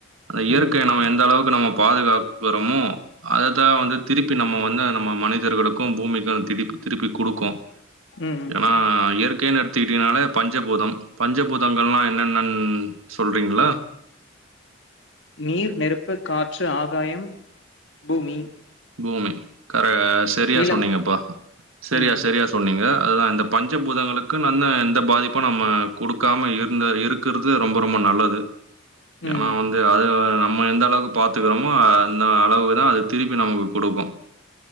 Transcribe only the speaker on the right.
அந்த இயற்கையை
நம்ம எந்த அளவுக்கு நம்ம பாதுகாக்கிறோமோ அததா வந்து திருப்பி நம்ம வந்து நம்ம மனிதர்களுக்கு பூமிக்கு அது திருப்பி திருப்பி குடுக்கு
ஏன்னா இயற்கையேன் எடுத் திட்டீங்கனாலே பஞ்சபூதம் பஞ்சபூதங்கள்லா என்னென்னன்னு சொல்றீங்களா
பூமி கர செரியா
சொன்னீங்கப்பா செரியா
செரியா சொன்னீங்க அதுதா இந்த பஞ்சபூதங்களுக்கு நல்ல எந்த பாதிப்பு நம்ம குடுக்காம இருந்த இருக் குறது ரொம்ப ரொம்ப நல்லது
ஏன்னா வந்து அது நம்ம எந்த அளவுக்கு பாத்துக்கிறோமோ அந்த அளவுக்குதா அது திருப் பி நமக்கு குடுக்கு